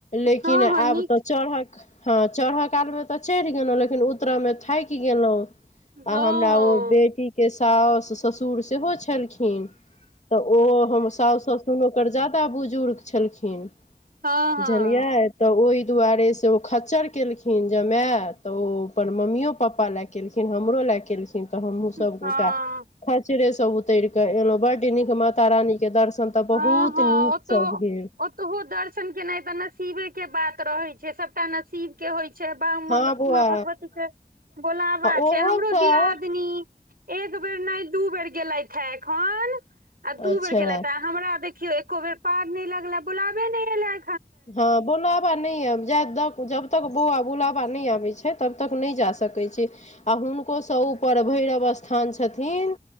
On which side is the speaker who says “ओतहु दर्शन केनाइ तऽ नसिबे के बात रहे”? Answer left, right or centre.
Right